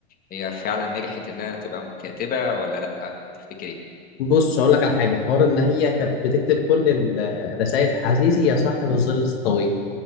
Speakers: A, on the left; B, on the left.
A: هي فعلا نجحت انها تبقى كاتبة ولا لا تفتكري
B: بص اقول لك على حاجه حوار ان هي كانت بتكتب كل الرسائل عزيزي يا صاحب الظل الطويل